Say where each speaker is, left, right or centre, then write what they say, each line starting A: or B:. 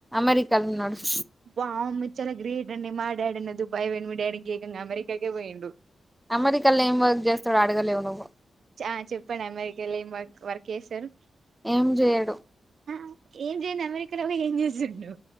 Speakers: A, in the centre; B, on the right (about 60°).
A: వేరికల్నస్
B: వావ్ మీరూ చాలా గ్రేట్ రండి మా డాడి అ న్న దుబాయి పోయిండు మీ డాడీ ఏకంగా అమెరికా కే పోయిండు
A: అమెరికాలో ఏం వర్క్ చేస్తాడు అడగలేవు నువ్వు
B: ఆ చెప్పండి అమెరికాలో ఏం వర్క్ వర్క్ చేశారు
A: ఏం చేయడు
B: ఆ ఏం చేయంది అమెరికాలో ఏం చేసిండు